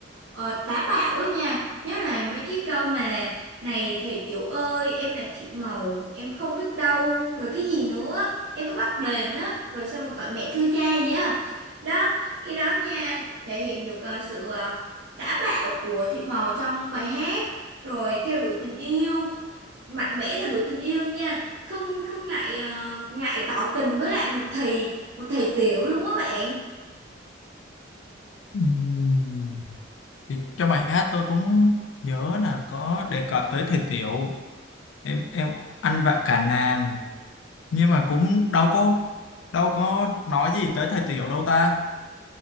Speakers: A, on the right; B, on the left.
A: ờ, táo bạo á nha nhất là mấy cái câu mà này thầy tiểu ơi em là thịt màu em không biết đâu rồi cái gì nữa em cứ bắt đền á rồi xong rồi gọi mẹ thưa cha gì á đó cái đó nha thể hiện được ờ, sự ờ, táo bạo của thịt màu trong bài hát rồi theo đuổi tình yêu mạnh mẽ theo đuổi tình yêu nha không không ngại ờ, ngại tỏ tình với lại một thầy một thầy tiểu luôn á bạn
B: Ừm. Thì trong bài hát tôi cũng nhớ là có đề cập tới thầy Tiểu em em ăn vạ cả nàng nhưng mà cũng đâu có đâu có nói gì tới thầy Tiểu đâu ta